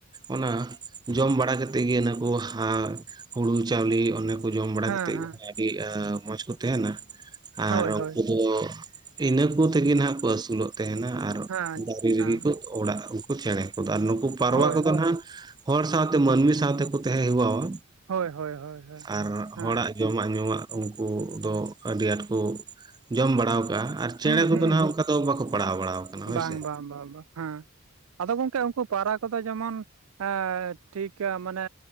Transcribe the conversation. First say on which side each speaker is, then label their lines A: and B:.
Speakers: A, on the right; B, on the right.
A: ᱚᱱᱟ ᱡᱚᱢ ᱵᱟᱲᱟ ᱠᱟᱛᱮᱫ ᱜᱤ ᱚᱱᱟᱠᱩ ᱦᱟᱸᱜ ᱦᱩᱲᱩ ᱪᱟᱣᱞᱤ ᱚᱱᱮ ᱠᱩ ᱡᱚᱢ ᱵᱟᱲᱟ
B: ᱦᱮᱸ
A: ᱠᱟᱛᱮᱫ
B: ᱦᱮᱸ
A: ᱜᱮ ᱟᱰᱤ ᱢᱚᱸᱡ ᱠᱚ ᱛᱟᱦᱮᱱᱟ
B: ᱦᱳᱭ
A: ᱟᱨ ᱩᱱᱠᱩ
B: ᱦᱳᱭ
A: ᱫᱚ ᱤᱱᱟᱹ ᱠᱚ ᱛᱮᱜᱮ ᱱᱟᱦᱟᱜ ᱠᱩ ᱟᱹᱥᱩᱞᱚᱜ ᱛᱟᱦᱮᱱᱟ ᱟᱨ
B: ᱦᱮᱸ
A: ᱫᱟᱨᱤ ᱨᱮᱜᱤ
B: ᱦᱮᱸ
A: ᱠᱚ ᱚᱲᱟᱜ ᱩᱱᱠᱩ ᱪᱮᱬᱮ ᱠᱚ ᱫᱚ ᱟᱨ ᱱᱩᱠᱩ ᱯᱟᱨᱣᱟ
B: ᱦᱳᱭ
A: ᱠᱚᱫᱚ
B: ᱦᱳᱭ
A: ᱱᱟᱦᱟᱜ ᱦᱚᱲ ᱥᱟᱶᱛᱮ ᱢᱟᱹᱱᱢᱤ ᱥᱟᱶ ᱛᱮ ᱠᱚ ᱛᱟᱦᱮᱸ ᱦᱮᱣᱟᱼᱣᱟ
B: ᱦᱳᱭ ᱦᱳᱭ ᱦᱳᱭ ᱦᱳᱭ, ᱦᱮᱸ
A: ᱟᱨ
B: ᱦᱮᱸ
A: ᱦᱚᱲᱟᱜ ᱡᱚᱢᱟᱜ ᱧᱩᱣᱟᱜ ᱩᱱᱠᱩ ᱫᱚ, ᱟᱹᱰᱤ ᱟᱸᱴ ᱠᱩ ᱡᱚᱢ ᱵᱟᱲᱟ ᱟᱠᱟᱟᱜᱼᱟ, ᱟᱨ ᱪᱮᱬᱮ
B: ᱦᱩᱸ
A: ᱠᱚ
B: ᱦᱩᱸ
A: ᱫᱚ ᱦᱟᱜ ᱚᱱᱠᱟ ᱫᱚ ᱵᱟᱠᱩ ᱯᱟᱲᱦᱟᱣ ᱵᱟᱲᱟ ᱟᱠᱟᱱᱟ ᱦᱳᱭ
B: ᱵᱟᱝ
A: ᱥᱮ,
B: ᱵᱟᱝ <unintelligible> ᱦᱮᱸ, ᱟᱫᱚ ᱜᱚᱝᱠᱮ ᱩᱱᱠᱩ ᱯᱟᱣᱨᱟ ᱠᱚᱫᱚ ᱡᱮᱢᱚᱱ ᱟᱻ ᱴᱷᱤᱠ ᱢᱟᱱᱮ,